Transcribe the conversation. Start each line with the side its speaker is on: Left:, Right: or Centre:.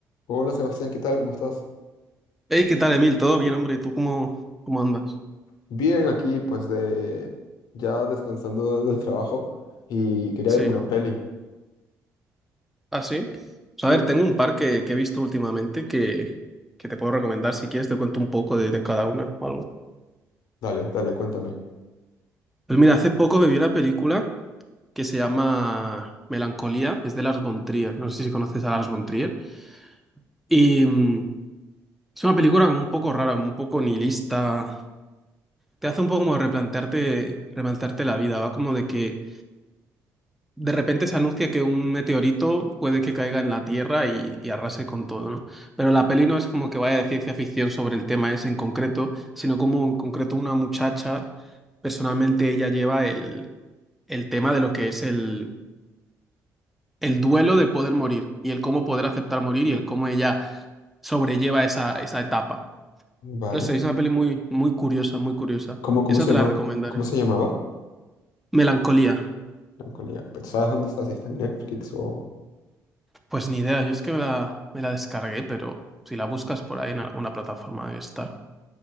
Left: Hola Sebastián, ¿qué tal? ¿Cómo estás?
Centre: Hey, ¿qué tal, Emil? ¿Todo bien, hombre? ¿Y tú cómo, cómo andas?
Left: Bien, aquí pues de ya descansando <laughs> del trabajo y quería
Centre: Sí,
Left: verme una
Centre: ¿no?
Left: peli.
Centre: ¿Ah, sí? Pues, a
Left: Mm,
Centre: ver, tengo un par que, que he visto últimamente que, que te puedo recomendar. Si quieres, te cuento un poco de, de cada una o algo.
Left: Dale, dale, cuéntame.
Centre: Pues mira, hace poco me vi una película que se llama Melancolía. Es de Lars von Trier. No sé si conoces a Lars von Trier. Y mm, es una película como un poco rara, como un poco nihilista. Te hace un poco como replantearte, replantearte la vida. Va como de que de repente se anuncia que un meteorito puede que caiga en la Tierra y, y arrase con todo, ¿no? Pero la peli no es como que vaya de ciencia ficción sobre el tema ese en concreto, sino como en concreto una muchacha, personalmente ella lleva el, el tema de lo que es el, el duelo de poder morir y el cómo poder aceptar morir y el cómo ella sobrelleva esa, esa etapa.
Left: Vale.
Centre: No sé, es una peli muy, muy curiosa, muy curiosa.
Left: ¿Cómo, cómo
Centre: Esa
Left: se
Centre: te
Left: llama?
Centre: la recomendaré.
Left: ¿Cómo se llamaba?
Centre: Melancolía.
Left: Melancolía. Pero ¿Sabes dónde está? Si está en Netflix o.
Centre: Pues ni idea, yo es que me la, me la descargué, pero si la buscas por ahí en alguna plataforma debe estar.